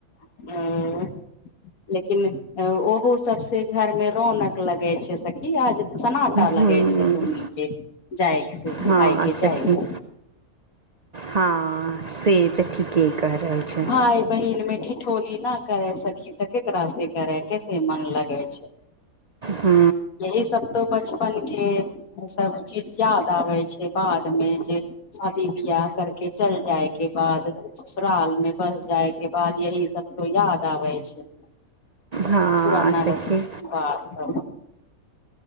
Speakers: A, on the left; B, on the right.
A: <inaudible> लेकिन ओहो सब से घर मे रौनकनक लगे छै सखी आज सनाटा
B: हूँ
A: लगै छै दुमनी के जाय से
B: हँ
A: आइ के
B: सखी
A: जाय से
B: हँ से तऽ ठीके कहि रहल छै
A: भाय बहिन मे <unintelligible> ठोली न करे सखी त केकरा से करे कैसे मन लगे छै
B: हू
A: यही सब तो बचपन केँ सब चीज याद आबै छै बाद मे जे शादी बियाह करके चल जाय केँ बाद ससुराल मे बस जाय केँ बाद यही सब तो याद आबै छै
B: हँ
A: पुराना
B: सखी
A: <unintelligible> सब